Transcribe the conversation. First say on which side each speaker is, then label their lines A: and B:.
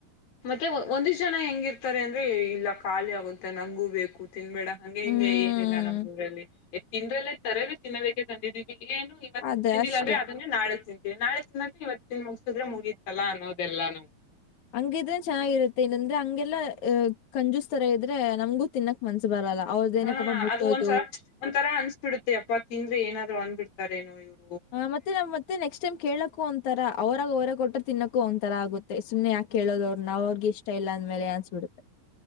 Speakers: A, on the left; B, on the left.
A: ಮತ್ತೆ ಒಂದ ಜನ ಹೆಂಗಿರ್ತಾರೆ ಅಂದ್ರೆ ಇಲ್ಲ ಖಾಲಿ ಆಗುತ್ತೆ ನಂಗು ಬೇಕು ತಿನ್ಬೇಡ ಹಂಗೆ ಹಿಂಗೆ
B: ಹ್ಮ್
A: ಏನಿಲ್ಲ ನಮ್ಮ್ ಊರಲ್ಲಿ ಎ್ ತಿಿಂದ್ರಲ್ಲ ತರೇ ತಿನ್ನೋದಕ್ಕೆ ತಂದಿದ್ದೀವಿ ಏನು ಇವತ್ತು
B: ಅದೇ
A: ತಿಿಂದಿಲ್ಲ್ರೆ
B: ಅಷ್ಟೆ
A: ಅದನ್ನೇ ನಾ ತಿಿಂದಿ ನಾಳೆ ಸನ್ನೆ ಇವತ್ತ ತಿಿನ ಮುಗಸಿದ್ರೆ ಮುಗಿತ್ತಲ್ಲಾ ಅನ್ನೋದೆಲ್ಲ ನಮ್ಗೆ
B: ಹಂಗಿದ್ರೆ ಚೆನ್ನಾಗಿರುತ್ತೆ ಇಲ್ಲಂದ್ರೆ ಹಂಗೆಲ್ಲಾ ಅ ಕಂಜೂಸ್ತರ ಇದ್ರೆ ನಮ್ಗೂ ತಿನ್ನಕ್ ಮನ್ಸ ಬರಲ್ಲ ಅವ್ರದ್ದೇನಕ್ಕಪ್ಪ
A: ಹಾ
B: ಮುಟ್ಟೋದು
A: ಅದು ಒಂದ್ಸ ಒಂಥರಾ ಅನ್ಸ್ಬಿಡುತ್ತೆ ಅಪ್ಪ ತಿಂದ್ರೆ ಏನಾದ್ರು ಅನ್ಬಿಡ್ತ ಕನು ಇದು <unintelligible>
B: ಹ ಮತ್ತೆ ನ್ ಮತ್ತೆ ನೆಕ್ಸ್ಟ್ ಟೈಮ್ ಕೇಳಕ್ಕೊ ಒಂಥರ ಅವರಾಗ ಅವರಾಗ ಕೊಟ್ರ ತಿನ್ನಕ್ಕೊ ಒಂಥರ ಆಗುತ್ತೆ ಸುಮ್ಮನೆ ಯಾಕೆೇಳೋದ ಅವ್ರ ನಾ ಅವ್ರಿ ಇಷ್ಟ ಇಲ್ಲ ಅಂದ್ಮೇಲೆ ಅನ್ಸ್ಬಿಡುತ್ತೆ